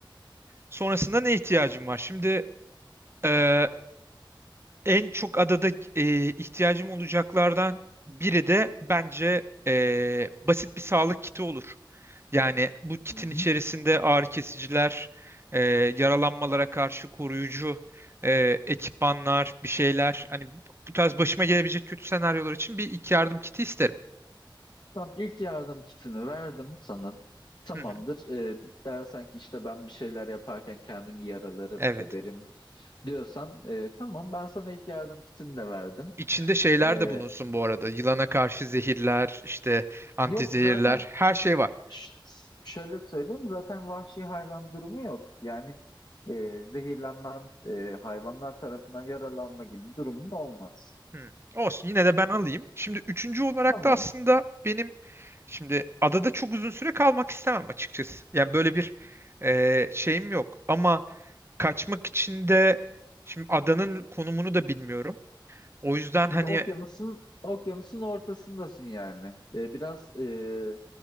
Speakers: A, on the right (about 30°); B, on the left (about 55°).
A: Sonrasında ne ihtiyacım var? Şimdi eee, en çok adada eee, ihtiyacım olacaklardan biri de bence eee, basit bir sağlık kiti olur. Yani bu kitin
B: Hı hı.
A: içerisinde ağrı kesiciler, e, yaralanmalara karşı koruyucu e, ekipmanlar, bir şeyler. Hani bu tarz başıma gelebilecek kötü senaryolar için bir ilk yardım kiti isterim.
B: Tamam, ilk yardım kitini verdim sana. Tamamdır.
A: Hı hı.
B: Ee, dersen ki işte ben bir şeyler yaparken kendimi yaralarım,
A: Evet.
B: ederim diyorsan e, tamam ben sana ilk yardım kitini de verdim.
A: İçinde şeyler
B: E,
A: de bulunsun bu arada. Yılana karşı zehirler, işte antizehirler,
B: yok zaten
A: her şey var.
B: ş- şöyle söyleyeyim zaten vahşi hayvan durumu yok. Yani e, zehirlenmen, e, hayvanlar tarafından yaralanma gibi durumun olmaz.
A: Hmm. Olsun yine de ben alayım. Şimdi üçüncü olarak
B: Tamam.
A: da aslında benim şimdi adada çok uzun süre kalmak istemem açıkçası. Yani böyle bir e, şeyim yok. Ama kaçmak için de şimdi adanın konumunu da bilmiyorum. O yüzden hani
B: Şimdi okyanusun okyanusun ortasındasın yani. E, biraz e,